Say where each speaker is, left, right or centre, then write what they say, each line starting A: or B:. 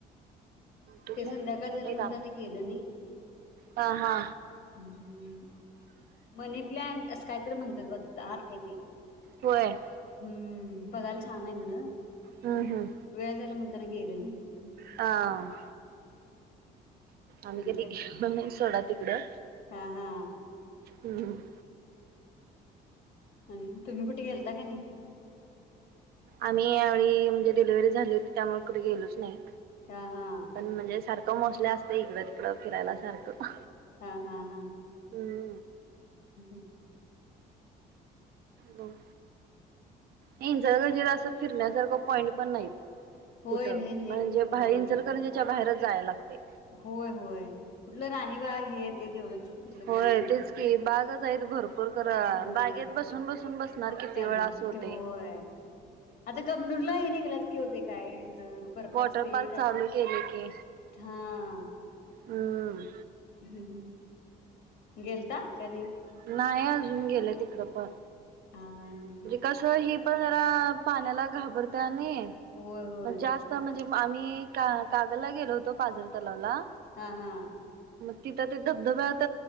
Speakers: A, on the right; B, on the left.
A: राम
B: संध्याकाळ झालं म्हणताना
A: राम <unintelligible>
B: गेलं नाही.
A: हा हा.
B: हम्म, मनी प्लंट असं कायतरी म्हणतात ब आत आहे ती.
A: होय.
B: हम्म बघायला छान आहे म्हण
A: हम्म हम्म
B: वेळ झाला म्हणताना गेलं नाही. हम्म,
A: हां. आम्ही
B: आणि
A: कधी
B: काय
A: मम्मीनां सोडा तिकडं
B: हा हा.
A: हम्म.
B: आणि तुम्ही कुठे गेलता का नाही?
A: आम्ही यावेळी, म्हणजे डिलिव्हरी झाली होती त्यामुळे कुठे गेलोच नाही.
B: हां हां.
A: पण म्हणजे सारखं मोस्ले असत इकडं तिकडं, फिरायला सारखं.
B: हा हा हा.
A: हम्म.
B: हम्म हम्म.
A: बर. इचलकरंजीला असं फिरण्यासारखं पॉईंट पण नाहीत
B: होय
A: कुठं,
B: नाही नाही
A: म्हणजे बाहेंर
B: होय
A: इचलकरंजीच्या बाहेरच जायला लागतय.
B: होय होय, कुठलं राणीबाग हेे ते तेवढंच, कुठलं
A: होय
B: काय नाही
A: तेच की बागच हायत भरपूर खरं
B: होय
A: बागेत बसून बसून बसणार किती
B: त्यां
A: वेळ, असं होतय‌.
B: होय आता कबनूरला हे निगल्यात की ओ ते काय बर्पाच
A: वॉटर
B: ते
A: पार्क
B: का,
A: चालू
B: का
A: केले की
B: हां
A: हम्म
B: हम्म, गेलता क नाही.
A: नाही अजून गेलं तिकडं पण
B: हा हा
A: म्हणजे कसं हि पण जरा पाण्याला घाबरत्या नाई,
B: होय होय
A: म जास्त म्हणजे आम्ही का कागलला गेलो होतो पाजर तलावला,
B: हा हा.
A: मग तिथं ते धबधब्यात